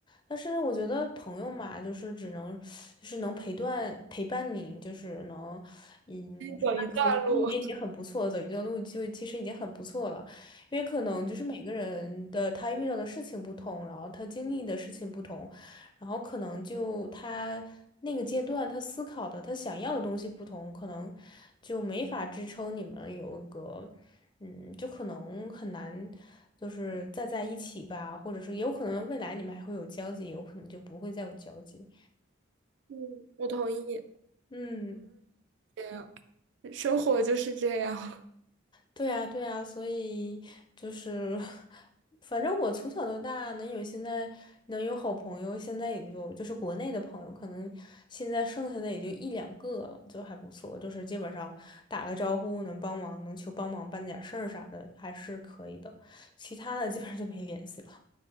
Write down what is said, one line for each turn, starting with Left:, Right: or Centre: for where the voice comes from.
Left: 但是我觉得朋友嘛，就是只能就是能陪伴陪伴你，就是能嗯陪伴学习也已经很不错，
Right: 走一段路。<laughs>
Left: 走一段路就其实已经很不错了。因为可能就是每个人的他遇到的事情不同，然后他经历的事情不同，然后可能就他那个阶段他思考的他想要的东西不同，可能就没法支撑你们有一个，嗯，就可能很难，就是再在一起吧，或者是有可能未来你们还会有交集，有可能就不会再有交集。
Right: 嗯，我同意。
Left: 嗯。
Right: 这样，生活就是这样。
Left: 对呀，对呀，所以就是，<laughs> 反正我从小到大能有现在能有好朋友，现在也就就是国内的朋友，可能现在剩下的也就一两个了，就还不错，就是基本上打个招呼能帮忙，能求帮忙办点事儿啥的，还是可以的。其他的基本上就没联系了。